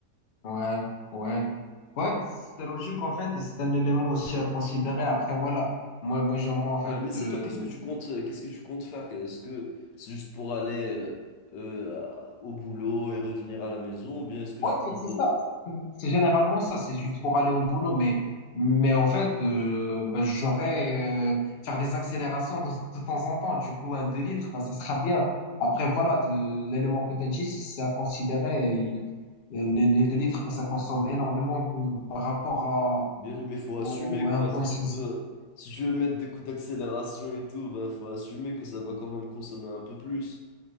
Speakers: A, on the left; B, on the left.
A: ouais, ouais. Ouais, c'est logique en fait, et c'est un élément aussi à considérer. Après, moi, là, moi, moi, j'en- moi, en
B: Bah,
A: fait,
B: mais c'est
A: euh,
B: toi, qu'est-ce que tu comptes, euh, qu'est-ce que tu comptes faire? Est-ce que c'est juste pour aller euh, euh, au boulot et revenir à la maison, ou bien est-ce que tu
A: Ouais, en
B: comptes...
A: fait, c'est ça.
B: euh,
A: C'est c'est généralement ça, c'est juste pour aller au boulot. Mais, mais en fait, euh, bah, j'aurais euh, faire des accélérations de, de temps en temps. Du coup, un 2 litres, bah, ça sera bien. Après, voilà, de, l'élément que tu as dit, c'est à considérer. Il- les, les 2 litres, bah, ça consomme énormément euh, par rapport à,
B: Bien, mais faut assumer
A: au 1,6.
B: quoi. Si tu veux, si tu veux mettre des coups d'accélération et tout, bah faut assumer que ça va quand même consommer un peu plus.